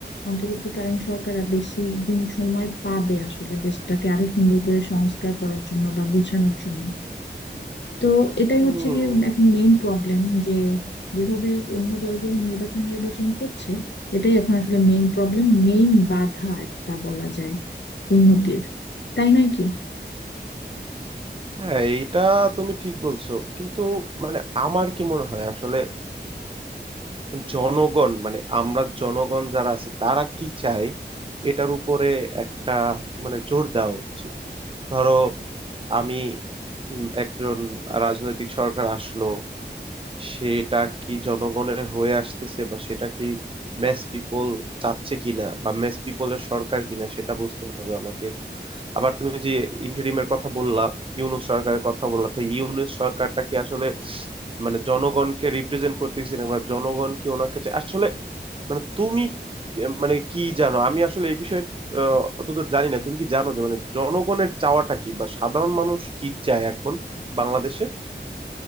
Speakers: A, on the left (about 80°); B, on the right (about 30°).
A: অন্তর্বর্তীকালীন সরকার আর বেশি দিন সময় পাবে আসলে দেশটাকে আরো সুন্দর করে সংস্কার করার জন্য বা গুছানোর জন্য তো এটাই
B: হম
A: হচ্ছে গিয়ে এখন মেইন প্রবলেম যে যেভাবে অন্য দলগুলো নির্বাচন নির্বাচন করছে এটাই এখন আসলে মেইন প্রবলেম মেইন বাধা একটা বলা যায় উন্নতির তাই নয় কি
B: হ্যাঁ এইটা তুমি ঠিক বলছো কিন্তু মানে আমার কি মনে হয় আসলে জনগণ মানে আমরা জনগণ যারা আছি তারা কি চাই এটার উপরে একটা মানে জোর দেওয়া উচিত ধরো আমি উম, একজন রাজনৈতিক সরকার আসলো সেটা কি জনগণের হয়ে আসতেছে বা সেটা কি ম্যাস পিপল চাচ্ছে কিনা বা ম্যাস পিপলের সরকার কিনা সেটা বুঝতে হবে আমাকে আবার তুমি যে ইন্টারিমের কথা বললা ইউনূস সরকারের কথা বললা তো ইউনূস সরকারটা কি আসলে মানে জনগণকে রিপ্রেজেন্ট করতেছে না বা জনগণ কি ওনাকে চা- আসলে মানে তুমি কি- মানে কি জানো আমি আসলে এই বিষয়ে আহ, অতদূর জানি না তুমি কি জানো যে মানে জনগণের চাওয়াটা কি বা সাধারণ মানুষ কি চায় এখন বাংলাদেশে